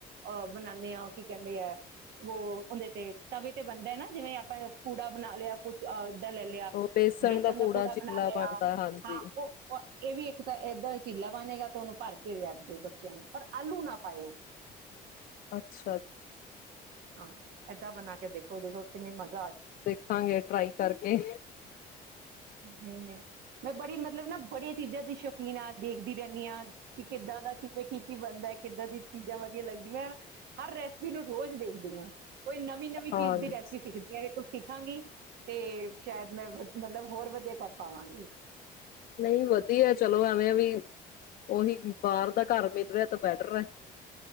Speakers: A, on the right (about 75°); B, on the left (about 60°).
A: ਅਹ ਬਣਾਉਂਦੇ ਹਾਂ ਕੀ ਕਹਿੰਦੇ ਹੈ ਉਹ ਉਹਦੇ ਤੇ ਤਵੇ ਤੇ ਬਣਦਾ ਹੈ ਨਾ ਜਿਵੇਂ ਆਪਾਂ ਪੂੜਾ ਬਣਾ ਲਿਆ ਕੁੱਛ <unintelligible> ਲੈ ਲਿਆ
B: ਉਹ ਬੇਸਣ
A: ਦਾ ਪੂੜਾ
B: ਚਿੱਲਾ
A: ਬਣਾ ਲਿਆ
B: ਬਣਦਾ ਹਾਂਜੀ
A: ਹਾਂ ਉਹ ਇਹ ਵੀ ਇੱਕ ਤਾਂ ਏਦਾਂ ਹੀ ਚੀਲਾ ਬਣੇੇਗਾ ਤਾਂ ਉਹਨੂੰ ਭਰ ਕੇ ਰੱਖ ਦਿਓ ਪਰ ਆਲੂ ਨਾ ਪਾਇਓ
B: ਅੱਛਾ ਜੀ
A: ਹਾਂ ਏਦਾਂ ਬਣਾ ਕੇ ਦੇਖੋ ਦੇਖੋ ਕਿੰਨੀ ਮਜ਼
B: ਦੇਖਾਂਗੇ ਟਰਾਈ ਕਰਕੇ
A: ਨਹੀਂ ਨਹੀਂ ਮੈਂ ਬੜੀ ਮਤਲਬ ਨਾ ਬੜੀਆਂ ਚੀਜ਼ਾਂ ਦੀ ਸ਼ੌਕੀਨ ਹਾਂ ਦੇਖਦੀ ਰਹਿੰਦੀ ਹਾਂ ਕਿ ਕਿੱਦਾਂ ਦਾ ਕਿਵੇਂ ਕੀ ਕੀ ਬਣਦਾ ਕਿੱਦਾਂ ਦੀ ਚੀਜ਼ਾਂ ਵਧੀਆ ਲੱਗਦੀਆਂ ਹਰ ਰੈਸਿਪੀ ਨੂੰ ਰੋਜ਼ <unintelligible> ਕੋਈ ਨਵੀਂ ਨਵੀਂ
B: ਹਾਂਜੀ
A: ਚੀਜ਼ ਦੀ ਰੈਸਪੀ ਸਿੱਖਦੀਆਂ ਇਹ ਕੁਝ ਸਿੱਖਾਂਗੀ ਤੇ ਸ਼ਾਇਦ ਮੈਂ ਮਤਲਬ ਹੋਰ ਵਧੀਆ ਕਰ ਪਾਵਾਂਗੇ
B: ਨਹੀਂ ਵਧੀਆ ਚਲੋ ਐਵੇਂ ਵੀ ਉਹੀ ਬਾਹਰ ਦਾ ਘਰ ਮਿਲ ਰਿਹਾ ਤਾਂ ਬੈਟਰ ਹੈ